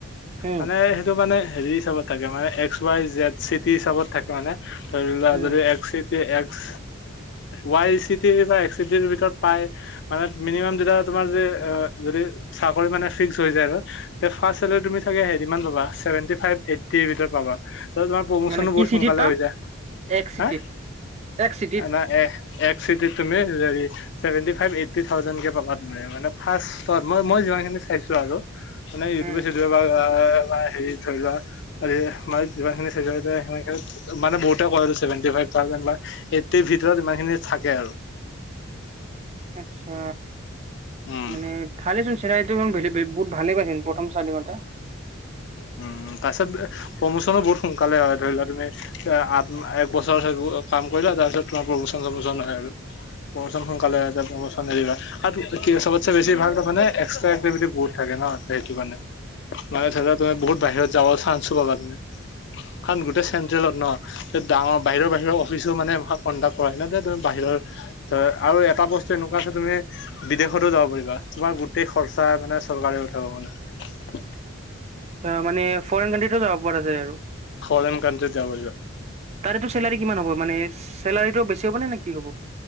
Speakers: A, on the right; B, on the left.
A: উম,
B: মানে সেইটো মানে হেৰি হিচাপত থাকে মানে। এক্স ৱাই জেথ চিটি হিচাপত থাকে মানে। ধৰি লোৱা
A: উম,
B: যদি এক্স। যে এক্স ৱাই চি টিৰ বা এক্স চি টিৰ ভিতৰত পাই মানে মিনিমাম যেতিয়া। তোমাৰ যে যদি চাকৰী মানে ফিক্স হয় যে আৰু হে ফাষ্ট চেলেৰী তুমি চাগে হেৰি মান পাবা। ছেভেণ্টি ফাইভ, এইটটি ভিতৰত পাবা। তত তোমাৰ প্ৰমোচনো
A: মানে কি
B: বহুত সোনকালে
A: চিটিত পাম?
B: হৈ যায়।
A: এক চিটিত
B: হা
A: এক চিটিত
B: ন এ। এক চিটিত তুমি really seventy five eighty thousand কে পাবা। মানে ফাৰ্ষ মই মই যিমানখিনি চাইছো আৰু মানে ইউটিউবে
A: উম
B: চিতুউবে বা আ। হেৰি ধৰি লোৱা মানে মাছ যিমান খিনি সিমানখিনিত মানে বহুতে কয় এতো। ছেভেন্তি ফাইভ থাওজেণ্ড লয়। এইটিৰ ভিতৰত ইমানখিনি থাকে আৰু।
A: আচ্ছা
B: উম
A: মানে ভালে চোন চেৰাই। বহুত ভালেই পাইছিল প্ৰথম ষ্টাৰ্টিঙতে।
B: উম, তাৰ পিছত প্ৰমোচনো বহুত সোনকালে হয় ধৰি লোৱা তুমি আ এক বছৰ। কাম কৰিলা তাৰপিছত তোমাৰ প্ৰমোচন চমোচন হয় আৰু। প্ৰমচন সোনকালে হয় যাব প্ৰমচন এৰিবা আৰু চবতচে বেছি ভালটো তাৰে এক্স্ৰা এক্টিভিটি বহুত থাকে। সেইটো কাৰণে মানে ধৰি লোৱা তুমি বহুত বাহিৰত যাব চান্সো পাবা তুমি। কাৰণ গোটেই চেন্ট্ৰেলত ন। ডাঙৰ বাহিৰৰ বাহিৰৰ অফিচো মানে কণ্ডাক্ট কৰাই। ন তুমি বাহিৰত। ধৰ ধৰ আৰু এটা বস্তু এনেকুৱা আছে তুমি বিদেশতো যাব পাৰিবা। তোমাৰ গোটেই খৰচা। নাই চৰকাৰে পথাব মানে।
A: অ মানে ফৰেন কানট্ৰিতো যাব পৰা যায় আৰু।
B: ফৰেন কণ্ট্ৰি যাব যোৱা।
A: তাৰএটো চেলাৰী কিমান হ'ব মানে? চেলাৰীটো বেছি হব নে নে কি হ'ব?